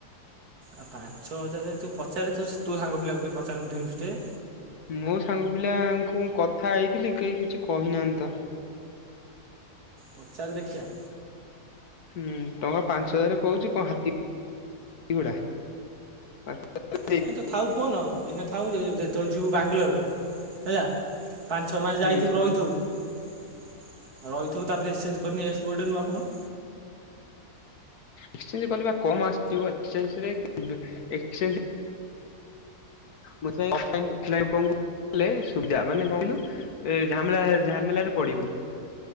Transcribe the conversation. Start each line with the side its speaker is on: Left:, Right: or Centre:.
Right: ଆଉ ପାଞ୍ଚ ହଜାରେ ତୁ ପଚାରେ ତୁ ତୁ ସାଙ୍ଗ ପିଲାକୁ ପଚାରନୁ <unintelligible>
Left: ମୋ ସାଙ୍ଗ ପିଲାଙ୍କୁ କଥା ହେଇଥିଲି କେହି କିଛି କହିନାହାନ୍ତି ତ।
Right: ପଚାର ଦେଖିଆ।
Left: ହୁଁ ଟଙ୍କା ପାଞ୍ଚ ହଜାରେ କହୁଚି କଣ ହାତୀ ଗୁଡ଼ା। <unintelligible>
Right: କାହିଁତ ଥାଉ ଫୋନ ଏଇନା ଥାଉ ଯେତେବେଳେ ଯିବୁ ବାଙ୍ଗଲୋର ହେଆ ପାଞ୍ଚ ଛଅ ମାସ
Left: ହୁଁ
Right: ଯାଇଥିବୁ ରହିଥିବୁ ଆଉ ରହିଥିବୁ ତାପରେ ଏକ୍ସଚେଞ୍ଜ କରିନି ନେଇଆସିବୁ‌ ଗୋଟେ ନୂଆ ଫୋନ୍।
Left: ଏକ୍ସଚେଞ୍ଜ କଲେପା କମ ଆସିବ ଏକ୍ସଚେଞ୍ଜ ରେ ଏକ୍ସଚେଞ୍ଜ ମୁଁ <unintelligible> ଅଫ୍ ଲାଇନ୍ ଅଫ୍ ଲାଇନ୍ କାଇଲେ ସୁବିଧା ମାନେ କଁ କଇଲୁ ଏ ଝାମେଲା ଝାମେଲାରେ ପଡିବୁନୁ।